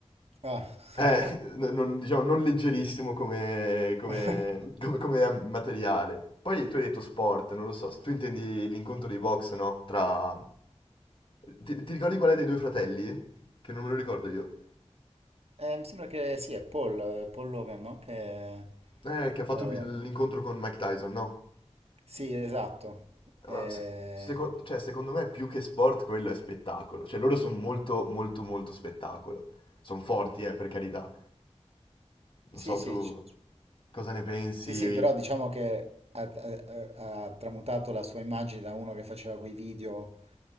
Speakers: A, on the right (about 60°); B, on the left (about 50°).
A: Ah,
B: Eh,
A: ok.
B: non, diciamo, non leggerissimo come, come-
A: <laughs>
B: come- come materiale. Poi tu hai detto sport, non lo so, tu intendi l'incontro di box, no? Tra... Ti, ti ricordi qual è dei due fratelli? Che non me lo ricordo io.
A: Eh, mi sembra che sì, è Paul, Paul Logan, no? Che,
B: Eh, che ha fatto
A: eh,
B: il- l'incontro con Mike Tyson, no?
A: sì, esatto. Eh,
B: Ma se- seco- cioè, secondo me più che sport quello è spettacolo. Cioè loro sono molto molto molto spettacolo. Sono forti, eh, per carità. Non
A: Sì,
B: so,
A: sì,
B: tu
A: ci-
B: cosa ne pensi?
A: Sì, sì, però diciamo che ha, ha- ha tramutato la sua immagine da uno che faceva quei video